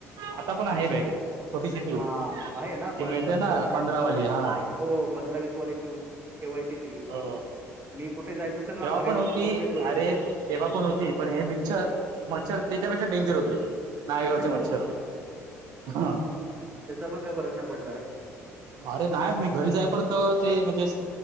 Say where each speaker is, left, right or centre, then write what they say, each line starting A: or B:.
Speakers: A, on the right; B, on the right.
A: आता पण आहे
B: हम्म.
A: बॅगेत छोटीशी ट्यूब
B: हा आहे ना
A: ती
B: बस
A: मिळते
B: बस
A: ना
B: बस
A: पंधरावाली हा.
B: हो पंधरा वीस वाली ट्यूब ठेवायची ती.
A: हो
B: मी कुठे जायचं असेल ना
A: तेव्हा
B: बाहेर
A: पण होती
B: ठेवून देतो एक
A: अरे तेव्हा पण होती. पण हे मिक्चर मच्छर त्याच्यापेक्षा डेंजर होते. नायगावचे
B: त्याचा
A: मच्छर हा
B: पण काय फरक नाही पडलाय.
A: अरे नाही मी घरीच आहे पर्यंत ते म्हणजे